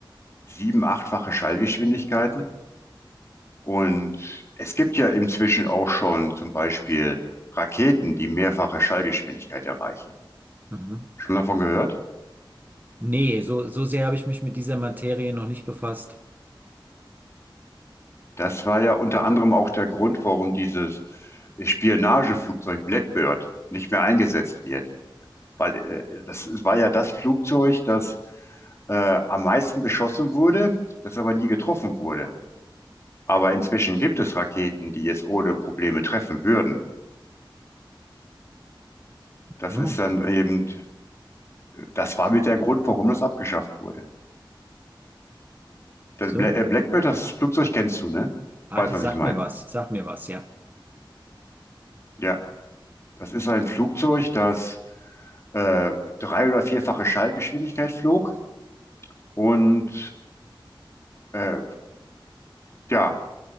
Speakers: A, on the left; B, on the right.
A: sieben, achtfache Schallgeschwindigkeiten. Und es gibt ja inzwischen auch schon zum Beispiel Raketen, die mehrfache Schallgeschwindigkeit erreichen.
B: Mhm.
A: Schon davon gehört?
B: Nee, so, so sehr habe ich mich mit dieser Materie noch nicht befasst.
A: Das war ja unter anderem auch der Grund, warum dieses Spionageflugzeug Blackbird nicht mehr eingesetzt wird. weil äh, das war ja das Flugzeug, das äh, am meisten beschossen wurde, das aber nie getroffen wurde. Aber inzwischen gibt es Raketen, die es ohne Probleme treffen würden. Das
B: Mhm.
A: ist dann eben, das war mit der Grund, warum das abgeschafft wurde. Das
B: So.
A: Bla- äh, Blackbird, das Flugzeug kennst du, ne?
B: Ah,
A: Weißt, was
B: Sag
A: ich meine.
B: mir was, sag mir was, ja.
A: Ja, das ist ein Flugzeug, das äh, drei- oder vierfache Schallgeschwindigkeit flog und äh, ja,